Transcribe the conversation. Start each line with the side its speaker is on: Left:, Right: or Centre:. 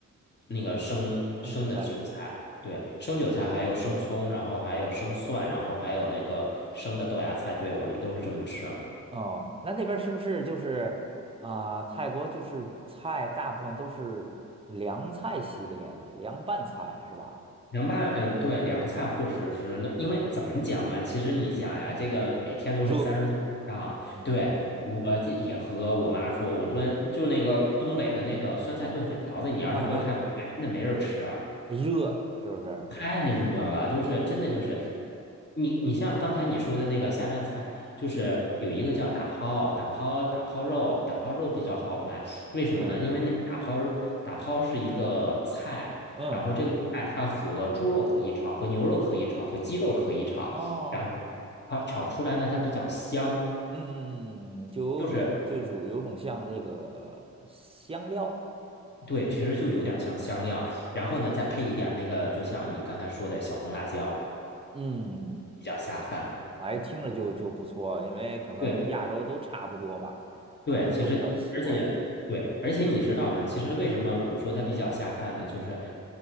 Left: 那个生生的韭菜，
Right: 生生韭菜
Left: 对，生韭菜还有生葱，然后还有生蒜，然后还有那个生的豆芽菜，对，我们都是这么吃啊。
Right: 哦，那那边儿是不是就是啊、泰国就是菜大部分都是凉菜系列的，凉拌菜是吧？
Left: 凉拌，嗯，对，凉菜或者是那，因为怎么讲嘛，其实你想呀，
Right: 嗯，
Left: 这个每天都是三十度以上，
Right: 热。嗯，
Left: 对，
Right: 对。
Left: 我这也和我妈说，我说就那个东北的那个酸菜炖粉条子，你要是搁泰国买，
Right: 嗯嗯，
Left: 真的没人吃啊。
Right: 热是不是？
Left: 太热了，就是真的就是你你像刚才你说的那个下饭菜，就是有一个叫打抛打抛打抛肉，
Right: 嗯
Left: 打抛肉比较好卖，为什么呢？
Right: 嗯
Left: 因为那个打抛肉打抛是一个菜，
Right: 嗯
Left: 然后这个菜它和猪肉可以炒，和牛肉可以炒，和鸡肉可以炒，
Right: 哦，
Left: 然后它炒出来呢，它比较香，
Right: 嗯嗯嗯，就有股就属有种像这个香料，
Left: 就是对，其实就有点像香料，然后呢再配一点那个，就像你刚才说的小红辣椒，
Right: 嗯，
Left: 比较下饭。
Right: 哎，听着就就不错，因为可能亚洲都差不多吧，
Left: 对。对，
Right: 可能都比较习惯
Left: 其实而且对，而且你知道吗？其实为什么我说它比较下饭呢？就是